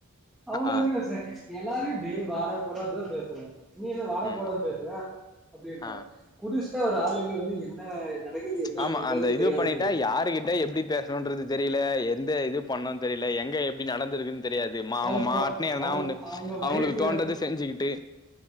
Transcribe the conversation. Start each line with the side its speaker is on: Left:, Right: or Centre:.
Centre: அவன
Left: ஆ
Centre: எதுக்குடா சா எல்லாரியு டேய் வாடா போடா அப்டிதா பேசறோ நீ என்ன வாடா
Left: ம்
Centre: போடன் பேசுற அப்டின்றா
Left: ஆ
Centre: குடிச்ட்டா ஒரு ஆளுக்கு வந்து என்ன நடக்குது என்ன
Left: ஆமா
Centre: பண்றதே
Left: அந்த இது
Centre: தெரியாது
Left: பண்ணிட்டா
Centre: போல
Left: யாருகிட்ட எப்டி பேசணுன்றது தெரில இந்த இது பண்ணு தெரில எங்க எப்டி நடந்துருக்குன் தெரியாது மா
Centre: அவன்
Left: அவங்க மாட்ன
Centre: பொ
Left: எவனா
Centre: அவன்
Left: உண்டு
Centre: அவங்க
Left: அவுங்குளுக்
Centre: ஒய்ஃப்
Left: தோன்டது செஞ்சுக்கிட்டு